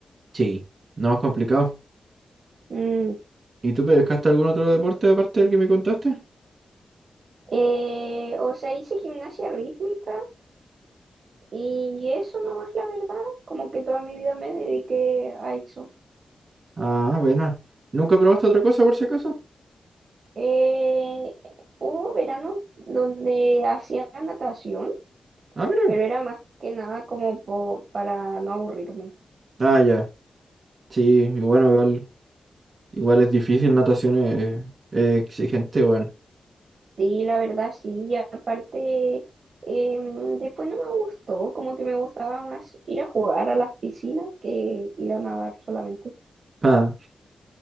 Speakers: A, on the right; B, on the right.
A: Sí, no es complicado.
B: Mm.
A: ¿Y tú pescaste algún otro deporte aparte del que me contaste?
B: Eh, o sea, hice gimnasia rítmica Y eso nomás, la verdad, como que toda mi vida me dediqué a eso.
A: Ah, buena. ¿Nunca probaste otra cosa por si acaso?
B: Eh, hubo veranos donde hacía natación,
A: Ah, mira.
B: pero era más que nada como po- para no aburrirme.
A: Ah, ya. Sí, y bueno, igual, igual es difícil, natación es, es exigente, bueno. <laughs>
B: Sí, la verdad, sí. Y aparte, em, después no me gustó, como que me gustaba más ir a jugar a las piscinas que ir a nadar solamente.
A: Ah,